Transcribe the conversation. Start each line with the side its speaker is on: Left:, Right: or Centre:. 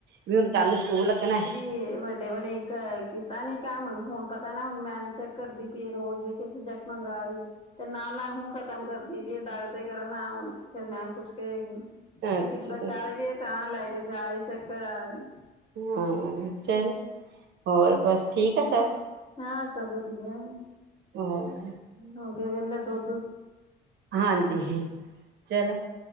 Right: ਵੀ ਹੁਣ ਕੱਲ ਸਕੂਲ ਲੱਗਣਾ।
Left: ਵੱੇ <unintelligible> ਪਹਿਲੇ ਇਕ, ਕੀਤਾ ਨੀ ਕੰਮ, ਹੁਣ ਪਤਾ ਨਾ ਹੁਣ ਮੈਡਮ ਚੈੱਕ ਕਰਦੀ ਪਈ ਐ, ਰੋਜ਼ ਇਕ ਇਕ ਸਬਜੈਕਟ ਮੰਗਾ ਰਹੀ ਐ। ਤੇ ਨਾਲ ਨਾਲ ਹੂੰ ਖ਼ਤਮ ਕਰਦੀ ਵੀ ਐ, ਡਰ ਦੇ ਕਾਰਨ ਹੁ, ਫਿਰ ਮੈਂ ਕੁਛ ਇੱਕ
Right: ਅੱਛਾ
Left: ਇੱਕ ਦਾ ਕਰ ਕੇ, ਤਾਂ ਲੈ ਕੇ ਜਾਰੀ, ਚੈੱਕ ਕਰਾ ਰੀ।
Right: ਹਾਂ ਚਲ, ਹੋਰ ਬਸ ਠੀਕ ਐ ਸਭ।
Left: ਹਾਂ ਸਭ ਵਧੀਆ,
Right: ਹੋਰ
Left: ਹੋਗੇ ਵਲੇ ਦੁਧ
Right: ਹਾਂਜੀ ਚਲੋ